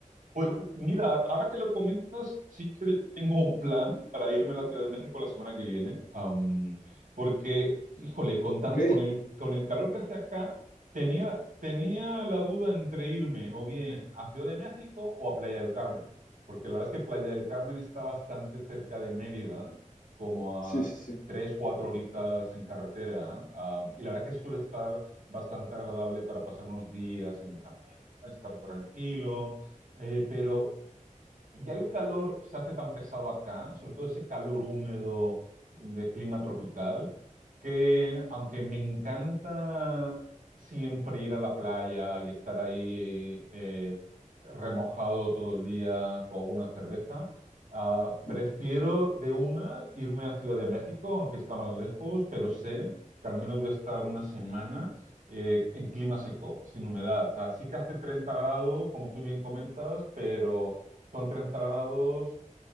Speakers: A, on the right; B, on the left.
A: Pues ju- mira, ahora que lo comentas, sí que tengo un plan para irme a la Ciudad de México la semana que viene, am, porque, híjole, con tan-
B: Ok,
A: con el, con el calor que hace acá, tenía, tenía la duda entre irme o bien a Ciudad de México o a Playa del Carmen, porque la verdad es que Playa del Carmen está bastante cerca de Mérida, como
B: sí,
A: a
B: sí, sí.
A: tres, cuatro horitas en carretera, am, y la verdad que suele estar bastante agradable para pasar unos días en estar tranquilo, eh, pero ya el calor se hace tan pesado acá, sobre todo ese calor húmedo de clima tropical, que aunque me encanta siempre ir a la playa y estar ahí eh, remojado todo el día con una cerveza, ah, prefiero
B: Mm.
A: de una irme a Ciudad de México, aunque está más lejos, pero sé que al menos voy a estar una semana eh, en clima seco, sin humedad. O sea, sí que hace 30 grados, como tú bien comentas, pero son 30 grados